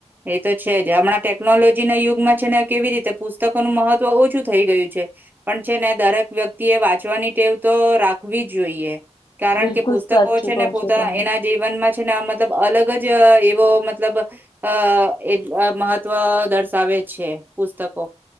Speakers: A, on the right; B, on the left.
A: એ તો છે જ હમણાં ટેકનોલોજીના યુગમાં છે ને કેવી રીતે પુસ્તકોનું મહત્વ ઓછું થઈ ગયું છે પણ છે ને દરેક વ્યક્તિ એ વાંચવાની ટેવ તો રાખવી જોઈએ. કારણ
B: બિલકુલ
A: કે પુસ્તકો
B: સાચું
A: છે
B: કહો
A: ને પોતા
B: છો તમે
A: એના જીવનમાં છે ને આ મતલબ અલગ જ એવો મતલબ અ એ મહત્વ દર્શાવે છે પુસ્તકો.